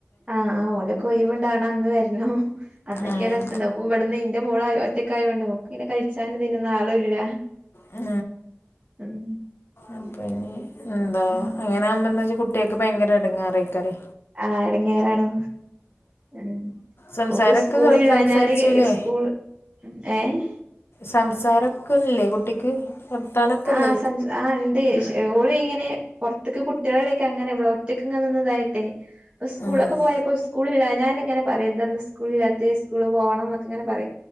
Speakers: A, on the right; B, on the left.
A: ആഹ് ഓലക്ക ഒയ്വിണ്ടാകാണ അന്ന് വരണോ അന്നൊക്കെയ
B: ആഹ്
A: രസണ്ടാവ അപ്പ ഇവിടുന്ന് ഇ ന്റെ മോള് ഒറ്റക്കായോണ്ട് ഓക്ക് പിന്ന കളിച്ചാനും ഇതിനൊന്നും ആളും ഇല്ല.
B: ആ
A: ഉം
B: ഉം പിന്നെ എന്താ
A: ഉം
B: അങ്ങനെ ആകുമ്പോ എന്താ വെച്ചാ കുട്ടിയക്കെ ഭയങ്കര എടങ്ങേറാരിക്കുവാറേ
A: ആ എടങ്ങേറാണ് ഉം
B: സംസാരൊക്കെ
A: ഓക്ക് സ്കൂളി <unintelligible>
B: സംസാരിച്ചില്ലേ
A: സ്കൂള് ഏഹ്
B: സംസാരക്കയില്ലേ കുട്ടിക്ക് വർത്താനൊക്കെല്ലേ
A: ആ സംസ് ആ എണ്ട് പക്ഷെ ഓളീ ഇങ്ങനീ പൊറ ത്തക്ക് കുട്ടികളടക്ക അങ്ങനെ ഇവട ഒറ്റ‌ക്കിങ്ങനെ നിന്നിതായിട്ടേ ഇപ്പ സ്കൂളൊക്കെ
B: ആഹ്
A: പോയപ്പോ സ്കൂലില്ലാഞ്ഞ കാരണം ഇങ്ങനെ പറയും എന്താന്ന് സ്കൂളില്ലാത്തെ സ്കൂള് പോണം എന്നെക്കിങ്ങനെ പറ